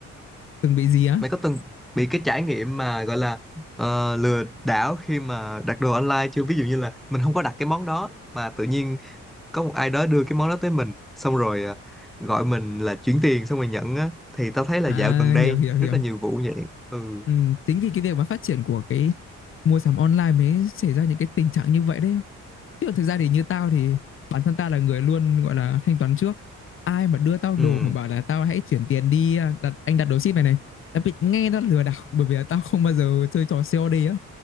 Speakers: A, on the left (about 45°); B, in the centre.
A: từng bị gì á
B: mày có từng bị cái trải nghiệm mà gọi là ờ, lừa đảo khi mà đặt đồ online chưa ví dụ như là mình không có đặt cái món đó mà tự nhiên có một ai đó đưa cái món đó tới mình xong rồi à, gọi mình là chuyển tiền xong rồi nhận á thì tao thấy là
A: à
B: dạo gần đây
A: hiểu hiểu hiểu
B: rất là nhiều vụ vậy ừ
A: ừ, chính vì cái việc mà phát triển của cái mua sắm online mới xảy ra những cái tình trạng như vậy đấy chứ còn thực ra thì như tao thì bản thân tao là người luôn gọi là thanh toán trước ai mà đưa tao
B: ừ
A: đồ mà bảo là tao hãy chuyển tiền đi à, đặt anh đặt đồ ship này này tao bị nghe nó lừa đảo <laughs> bởi vì là tao không bao giờ chơi trò COD á